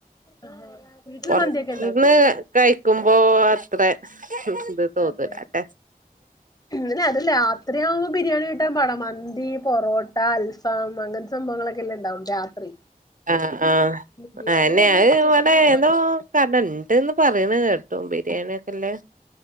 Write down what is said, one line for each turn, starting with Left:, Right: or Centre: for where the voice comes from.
Left: ആഹ് വീട്ടില്
Right: പൊറത്തുന്ന്
Left: മന്തിയൊക്കെ ഉണ്ടാക്കോ
Right: കഴിക്കുമ്പോ ഇത്ര ഇത് തോന്നുലല്ലേ
Left: അതെ അല്ല അത് രാത്രിയാവുമ്പോ ബിരിയാണി കിട്ടാൻ പാടാ മന്തി പൊറോട്ട അൽഫാം അങ്ങനത്തെ സംഭവങ്ങളൊക്കെയല്ലേ ഉണ്ടാവൊള്ളു രാത്രി
Right: ആ ആ
Left: ബിരിയാണി
Right: അയിന്നെ
Left: കൂടുതലും
Right: അത്
Left: ഉച്ച
Right: ഇവിടെഎന്തോ
Left: സമയത്താണല്ലോ
Right: കടയുണ്ട്ന്ന് പറയണ കേ ട്ടു ബിരിയാണിയൊക്കെല്ലേ